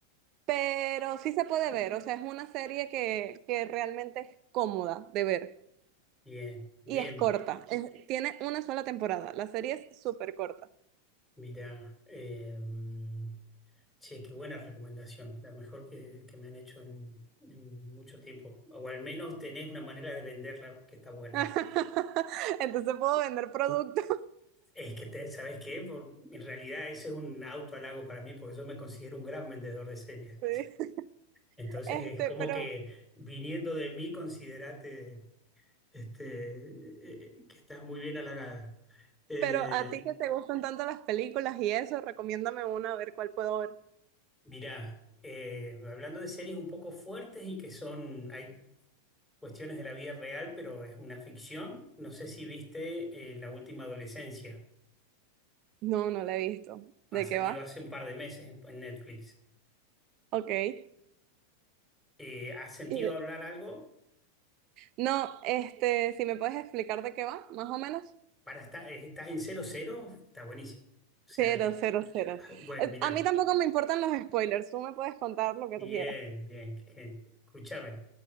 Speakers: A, on the right; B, in the centre.
A: pero sí se puede ver, o sea, es una serie que, que realmente es cómoda de ver
B: bien, bien,
A: y es corta. Es- tiene una sola temporada, la serie es súper corta.
B: mira, eh, mm, che, qué buena recomendación, la mejor que, que me han hecho en, en mucho tiempo, o al menos tenés una manera de venderla que está buena.
A: <laughs> Entonces puedo vender productos.
B: Es que, te, ¿sabes qué? Por- en realidad ese es un auto halago para mí porque yo me considero un gran vendedor de series.
A: <laughs> Sí.
B: Entonces
A: Este,
B: es como
A: pero,
B: que viniendo de mí, considerate este, eh, que estás muy bien halagada. Eh,
A: pero a ti que te gustan tanto las películas y eso, recomiéndame una a ver cuál puedo ver.
B: mirá, eh, hablando de series un poco fuertes y que son, hay cuestiones de la vida real, pero es una ficción. No sé si viste eh, La Última Adolescencia.
A: No, no la he visto.
B: Ha
A: ¿De
B: salido
A: qué va?
B: hace un par de meses en en Netflix.
A: Ok. Y
B: Eh, ¿has sentido
A: de-
B: hablar algo?
A: No, este, si me puedes explicar de qué va, más o menos.
B: Para estar, estás en cero cero está buenísimo. O sea,
A: Cero, cero, cero.
B: bueno,
A: Eh,
B: mirá,
A: A mí tampoco me importan los spoilers, tú me puedes contar lo que
B: bien,
A: tú quieras.
B: bien, qué genio. Escúchame.